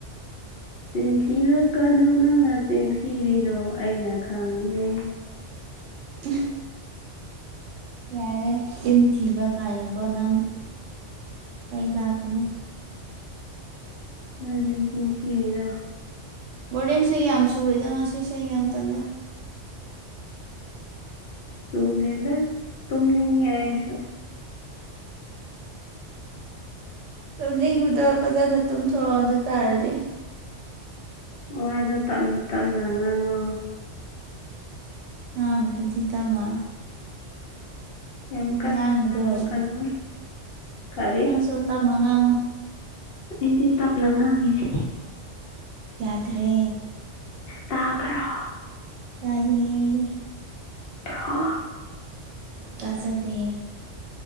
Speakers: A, on the left; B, on the right.
A: ꯆꯤꯟ ꯊꯤꯔꯛꯀꯅꯨ ꯅꯪꯅ ꯆꯤꯟꯊꯤꯔꯤꯗꯣ ꯑꯩꯅ ꯈꯪꯉꯦ
B: <unintelligible> ꯌꯥꯔꯦ ꯆꯤꯟ ꯊꯤꯕ ꯀꯥꯏꯅꯀꯣ ꯅꯪ ꯆꯩ ꯂꯥꯛꯀꯅꯤ
A: ꯅꯪꯅꯤ ꯆꯤꯟ ꯊꯤꯔꯤꯗꯣ
B: ꯕꯣꯔꯤꯡꯁꯨ ꯌꯥꯝ ꯆꯨꯑꯦꯗ ꯉꯁꯤꯁꯦ ꯌꯥꯝ ꯇꯜꯂꯦ
A: ꯆꯨꯗꯦꯗ ꯇꯨꯝꯅꯤꯡꯉꯦ ꯑꯩꯁꯨ
B: ꯇꯨꯝꯅꯤꯡꯕꯨꯗꯣ ꯐꯖꯅ ꯇꯨꯝꯊꯣꯛꯑꯣ ꯑꯗꯨ ꯇꯥꯔꯗꯤ
A: ꯋꯥꯗꯣ ꯇꯞꯅ ꯇꯞꯅ ꯉꯥꯡꯉꯣ
B: ꯉꯥꯡꯉꯤꯁꯤꯗꯤ ꯇꯝꯃꯥ
A: ꯌꯥꯝ ꯀꯟꯅ
B: ꯉꯥꯡꯕꯗꯣ
A: ꯉꯥꯡꯂꯛꯀꯅꯨ ꯀꯔꯤ
B: ꯅꯪꯁꯨ ꯇꯞꯅ ꯉꯥꯡꯉꯣ
A: ꯑꯩꯗꯤ ꯇꯞꯅ ꯉꯥꯡꯉꯤꯁꯤ
B: ꯌꯥꯗ꯭ꯔꯦ
A: ꯇꯥꯕꯔꯣ
B: ꯇꯥꯏꯌꯦ
A: <unintelligible>
B: ꯇꯥꯖꯗꯦ